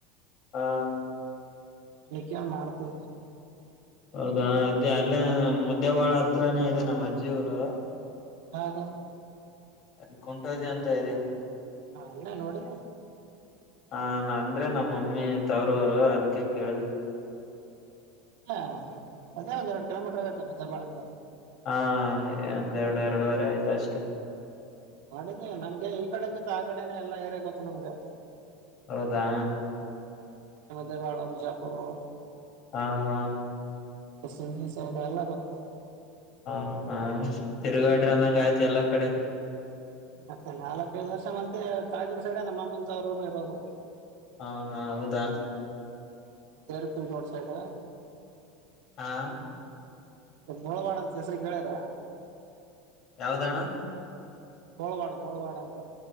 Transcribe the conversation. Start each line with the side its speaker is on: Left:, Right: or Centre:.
Left: ಹಾ
Right: ಈಗ ಕೇಳ್ ಮಾಡ್ತೀನಿ.
Left: ಹೌದಾ ಅದ್ದ ಅಲ್ಲೇ ಮುದ್ದೆ ಬಾಳ ಹತ್ರನೇ ಇದೆ ನಮ್ಮ್ ಅಜ್ಜಿ ಊರು.
Right: ಹೌದ.
Left: ಅಲ್ಲಿ ಕುಂಟೋಜ ಅಂತ ಇದೆ.
Right: ಹಾ ಅಲ್ಲೆ ನೋಡಿನಿ.
Left: ಹ ಅಂದ್ರೆ ನಮ್ಮ ಮಮ್ಮಿ ತವ್ರರೂರು ಅದಕ್ಕೆ ಕೇಳ್ದೆ.
Right: ಅಲ್ಲ ಹಾ ಅದೇ ಒಂದ ಎರಡ್ ಕಿಲೋಮೀಟರ್ ಆಗುತ್ತೆ ಮುದ್ದೆ ಬಾಳಿಂದ.
Left: ಹಾ ಒಂದೆರಡು ಎರಡುವರೆ ಆಯ್ತು ಅಷ್ಟೇ.
Right: ನೋಡಿದ್ದೆ ನಮ್ಗೆ ಈ ಕಡೆ ಗಿತ್ತ ಆ ಕಡೆನೆ ಎಲ್ಲಾ ಏರ್ಯ ಗೊತ್ತು ನಮ್ಗೆ.
Left: ಹೌದಾ
Right: ದೇವಾಳ ಬಿಜಾಪುರು.
Left: ಹಾ ಹಾ
Right: <unintelligible> ಎಲ್ಲ ಗೊತ್ತ
Left: ಹಾ ಹಾ ತಿರುಗಾಡ್ರ ಅಂದಂಗ ಆಯ್ತು ಎಲ್ಲಾ ಕಡೆ.
Right: ಮತ್ತೆ ನಾಲ್ಕೈದು ವರ್ಷ ಮತ್ತೆ ತಯ್ ಗುಡು ಸೈಡೆ ನಮ್ಮಮ್ಮನ ತವರೂರು ಇರೋದು.
Left: ಹಾ ಹಾ ಹೌದಾ.
Right: ದೇರ್ಪುರಿಗೋಡ್ ಸೈಡ್.
Left: ಹಾ
Right: ಬೋಳವಾಡ ಅಂತ ಹೆಸ್ರು ಹೇಳ್ಯೀರ.
Left: ಯಾವ್ದಣ್ಣ
Right: ಬೋಳ್ವಾಡ್ ಬೋಳ್ವಾಡ್ ಅಂತ.